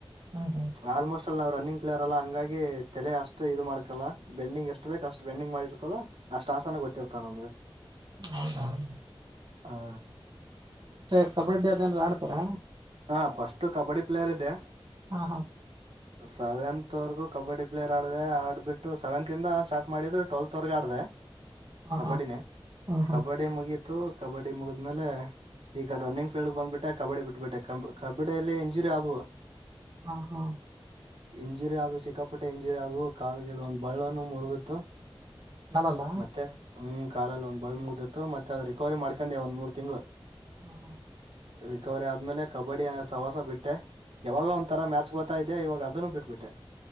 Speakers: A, on the right; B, on the right.
A: ಹಾ ಹಾ
B: ಆಲ್ಮೋಸ್ಟ್ ಅಲ್ಲಿ ನಾವವು ರನ್ನಿ ಪ್ಲಯರ್ ಅಲ್ಲ ಹಂಗಾಗಿ ತಲೆ ಅಷ್ಟು ಇದು ಮಾಡಕಲ್ಲ ಬೆಂಡಿಂಗ್ ಎಷ್ಟು ಬೇಕ ಅಷ್ಟು ಬೆಂಡಿಂಗ್ ಮಾಡಿರ್ತಲ್ಲ ಅಷ್ಟ್ ಆಸನ ಗೊತ್ತಿರ್ತಾವ ನಮ್ಗ
A: ಹೌದೌ <unintelligible>
B: ಹಾ
A: ಮತ್ತೆ ಕಬಡ್ಡಿ ಅದಏನ ಆ್ತರಾ
B: ಹಾ ಪಫಸ್ಟ್ ಕಬಡ್ಡಿ ಪ್ಲೇಯರ್ ಇದೆ
A: ಹಾ ಹಾ
B: ಹ ಸೆವೆಂತ್ ವರೆಗೂ ಕಬಡ್ಡಿ ಪ್ಲೇಯರ್ ಆಡಿದೆ ಆಡ್ಬಿಟ್ಟು ಸೆವೆಂತ್ಂದ ಸ್ಟಾರ್ಟ್ ಮಾಡಿದ್ದು ಟ್ವೆಲ್ತ್ ವರೆಗ ಆಡ್ದಿದೆ
A: ಹಾ
B: ಕಬಡ್ಡಿನೇ
A: ಹಾ ಹ್ಮ್ ಹ್ಮ್
B: ಕಬಡ್ಡಿ ಮುಗೀತು ಕಬಡ್ಡಿ ಮುಗಿದ್ಮೇಲೆ ಈಗ ರನ್ನಿಂಗ್ ಫೀಡ್ ಬಂದ್ಬಿಟ್ಟೆ ಕಬಡ್ಡಿ ಬಿಟ್ಬಿಟ್ಟೆ ಕ ಕಬ್ಬಡ್ಡಿ ಎಲ್ಲಿ ಎಂಜುರಿ ಆಗುವ
A: ಹಾ ಹಾ
B: ಇಂಜುರಿ ಆದ ಸಿಕ್ಕಾಪುಟ್ಟ ಇಂಜುರಿ ಆದದು ಕಾಲಗಲ್ ಒಂದ್ ಬಳ್ಳನು ಮುರುಗುತ್ತ
A: ಕಾಲಲ್ಲ
B: ಮತ್ತೆ ಹ್ಮ್ ಕಾಲಲ್ಲಿ ಒಂದ್ ಬಾಳ್ ಮುಗ್ದತ್ತು ಮತ್ತೆ ಅದ ರಿಕವರಿ ಮಾಡ್ಕೊಂಡೆ ಒಂದ್ ಮೂರು ತಿಂಗ್ಗಳು
A: ಹ ಹ
B: ರಿಕವರಿ ಆದ್ಮೇಲೆ ಕಬಡ್ಡಿ ಅ ಸವಾಸ ಬಿಟ್ಟೆ ಯಾವಾಗ ಒಂಥರ ಮ್ಯಾಚ್ ಗೋತಾ ಇದೆ ಇವಾಗ ಅದನ್ನು ಬಿಟ್ಬಿಟ್ಟೆ